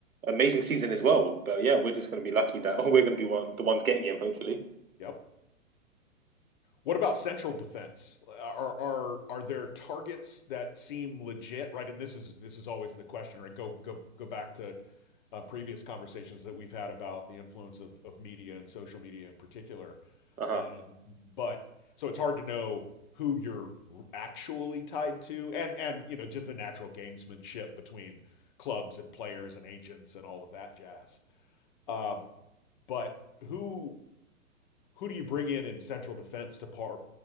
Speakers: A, on the right; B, on the left.
A: amazing season as well. But yeah, we're just going to be lucky that <laughs> we're going to be one, the ones getting him, hopefully.
B: Yep. What about central defense? Are are are there targets that seem legit, right? And this is this is always the question, right? Go go go back to uh, previous conversations that we've had about the influence of of media and social media in particular.
A: Uh-huh.
B: Um, but so it's hard to know who you're actually tied to, and and you know just the natural gamesmanship between clubs and players and agents and all of that jazz. Uh, but who who do you bring in in central defense to par,